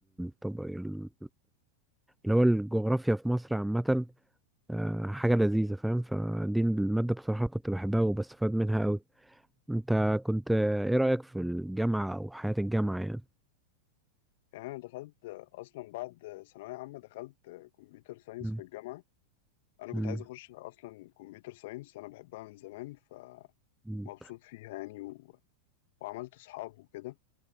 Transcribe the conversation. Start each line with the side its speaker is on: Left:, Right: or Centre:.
Centre: طب اللي هو الجغرافيا في مصر عامة آه، حاجة لذيذة فاهم فدي المادة بصراحة كنت بحبها وبستفاد منها أوي انت كنت آه، ايه رأيك في الجامعة أو حياة الجامعة يعني؟
Left: يعني أنا دخلت أصلا بعد ثانوية عامة دخلت كمبيوتر ساينس
Centre: مم.
Left: في الجامعة أنا كنت
Centre: مم.
Left: عايز أخش أصلا كمبيوتر ساينس أنا بحبها من زمان فمبسوط
Centre: مم.
Left: فيها يعني و... وعملت أصحاب وكده